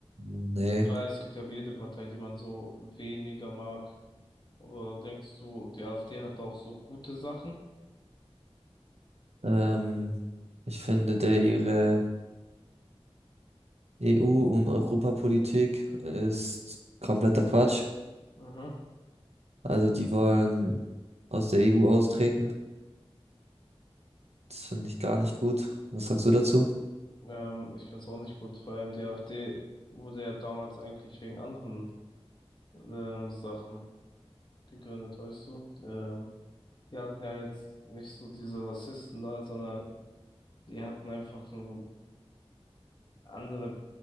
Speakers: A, on the right (about 85°); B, on the left (about 45°).
A: Nee,
B: Klar, es gibt ja jede Partei, die man so weniger mag. Aber denkst du, die AfD hat auch so gute Sachen?
A: ähm, ich finde, der ihre EU- und Europapolitik ist kompletter Quatsch.
B: Mhm.
A: Also die wollen aus der EU austreten. Das finde ich gar nicht gut. Was sagst du dazu?
B: Ähm, ich finde es auch nicht gut. Vor allem die AfD wurde ja damals eigentlich wegen anderen ähm, Sachen gegründet, weißt du? Ähm, die hatten ja jetzt nicht so diese Rassisten da, sondern die hatten einfach so andere